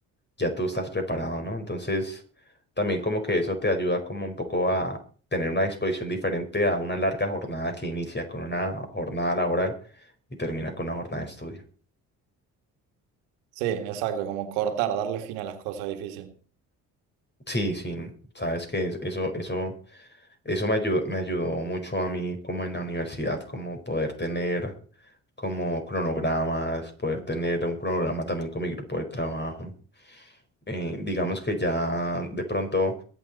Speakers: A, on the left (about 25°); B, on the right (about 80°).
A: ya tú estás preparado, ¿no? Entonces, también como que eso te ayuda como un poco a tener una disposición diferente a una larga jornada que inicia con una jornada laboral y termina con una jornada de estudio.
B: Sí, exacto, como cortar, darle fin a las cosas difíciles.
A: Sí, sí, sabes que es- eso, eso, eso me ayudó, me ayudó mucho a mí como en la universidad, como poder tener como cronogramas, poder tener un cronograma también con mi grupo de trabajo. Eh, digamos que ya de pronto